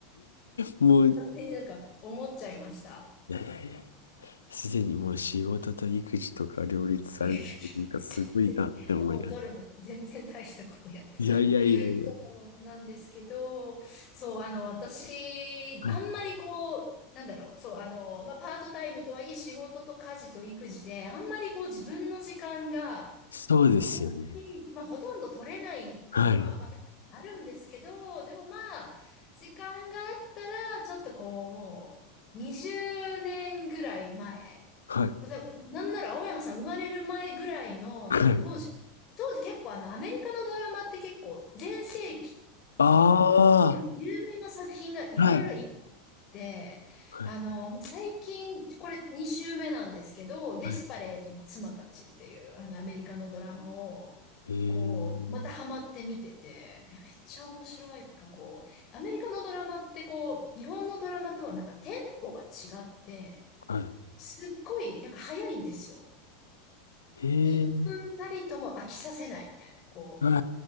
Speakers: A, on the left; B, on the left.
A: もう、い
B: 勝手になんか思っちゃいました。
A: やいやいやいや、すでにもう仕事と育児とか両立されて、
B: <laughs> いやい
A: なんかすごいなって思います。
B: やいや全然、あもうどれも全然大したことやってない。
A: いやいやいやいや、
B: <laughs> そうなんですけど、そう、あの、私、
A: はい。
B: あんまりこう、なんだろう、そう、あの、まあ、パートタイムとはいえ仕事と家事と育児で、あんまりこう自分の時間が、
A: そうですよね。
B: まあ、本当に、まあ、ほとんど取れないっていうのは、
A: はい、
B: まあ、確かにあるんですけど、でもまあ、時間があったら、ちょっとこう、もう、20年ぐらい前。
A: はい、
B: まあ、多分なんなら青山さん生まれる前ぐらいの、
A: はい。
B: なんか当時、当時結構あの、アメリカのドラマって結構、全盛期っていうかこう、
A: あ
B: ゆ有名な作品がいろいろいっぱいあってあの、
A: あ、はい、はい、
B: 最近、これ2週目なんですけど、デスパレートの妻たちっていう、
A: は
B: あの、アメリカのドラマを、
A: い。へえー。
B: こう、またハマって見てて、え、めっちゃ面白い。なんかこう、アメリカのドラマってこう、日本のドラマとはなんかテンポが違って、
A: はい。
B: すっごい、なんか早いんですよ。
A: へえ、
B: 1分たりとも飽きさせないみたいな、こ
A: は